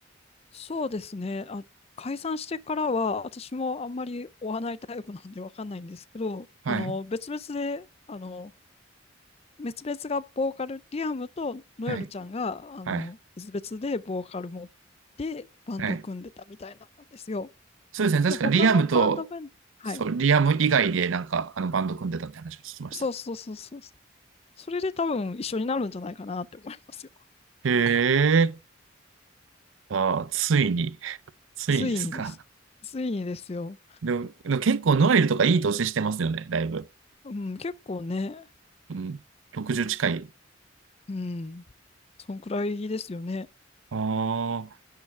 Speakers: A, on the left; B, on the right.
A: そうですね。あ、解散してからは私もあんまり追わないタイプなんでわかんないんですけど、
B: はい、
A: あの、別々で、あの、別々がボーカル、リアムとノエルちゃんが、
B: はい、
A: あの、
B: はい、
A: 別々でボーカル持ってバンドを組んでたみたいなんですよ。
B: はい。そうですね。確かリアムと、
A: で、他のバンドメン、はい。
B: そう、リアム以外で、なんか、あの、バンド組んでたって話を聞きました。
A: そうそうそうそう。それで多分一緒になるんじゃないかなって思いますよ。
B: へえ、あー、ついに、ついにですか。
A: ついにです。ついにですよ。
B: でも、でも結構ノエルとかいい年してますよね、だいぶ。
A: うん、結構ね、
B: うん、60近い。
A: うん、そんくらいですよね。
B: ああ。